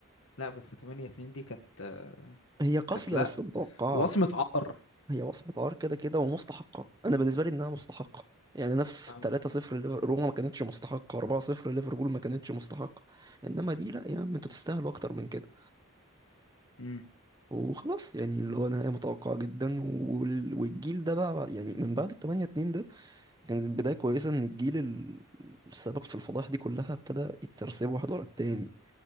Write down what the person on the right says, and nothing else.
فهي قاسية
بس متوقعة
هي وصمة عار كده كده ومستحقة انا بالنسبة لي انها مستحقة يعني انا في
3-0 ليفر- روما ما كانتش مستحقة 4-0 ليفربول ما كانتش مستحقة انما دي لا يا عم انتوا تستاهلوا اكتر من كده
وخلاص يعني اللي هو نهاية متوقعة جدا وال- والجيل ده بقى يعني من بعد ال 8-2 ده كانت بداية كويسة ان الجيل ال- السبب في الفضائح دي كلها ابتدى يترسبوا واحد ورا التاني